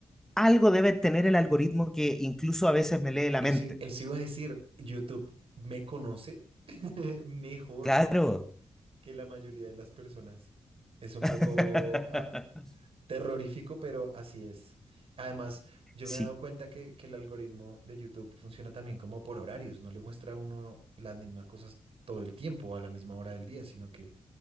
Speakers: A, in the centre; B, on the right.
A: algo debe tener el algoritmo que incluso a veces me lee la
B: Eso,
A: mente.
B: eso iba a decir, YouTube me conoce <laughs> mejor
A: Claro,
B: que la mayoría de las personas. Es un
A: <laughs>
B: poco, a- Terrorífico, pero así es. Además, yo
A: sí,
B: me he dado cuenta que, que el algoritmo de YouTube funciona también como por horarios, no le muestra a uno las mismas cosas todo el tiempo o a la misma hora del día, sino que,